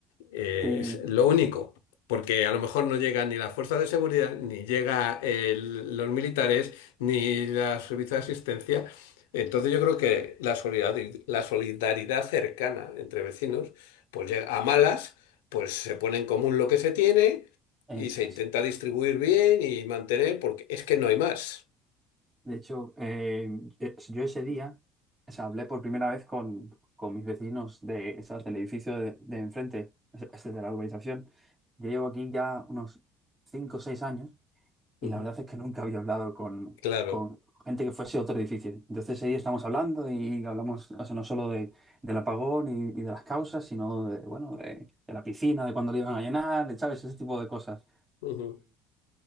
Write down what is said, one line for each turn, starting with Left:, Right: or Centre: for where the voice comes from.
Left: eh,
Right: Sí,
Left: es lo único. Porque a lo mejor no llegan ni las fuerzas de seguridad, ni llega el- los militares, ni la servicio de asistencia. Entonces yo creo que la solidaridad, la solidaridad cercana entre vecinos, pues llega a malas, pues se pone en común lo que se tiene
Right: eso
Left: y se intenta
Right: es.
Left: distribuir bien y mantener, porque es que no hay más.
Right: De hecho, eh, eh, yo ese día, o sea, hablé por primera vez con, con mis vecinos de, ¿sabes? del edificio de, de enfrente, es es de la urbanización. Yo llevo aquí ya unos 5 o 6 años y
Left: Ujú,
Right: la verdad es que nunca había hablado con,
Left: Claro.
Right: con gente que fuese otro edificio. Entonces ese día estamos hablando y hablamos, o sea, no solo de, del apagón y, y de las causas, sino de, bueno, de, de la piscina, de cuándo la iban a llenar, ¿sabes? Ese tipo de cosas.
Left: ujú.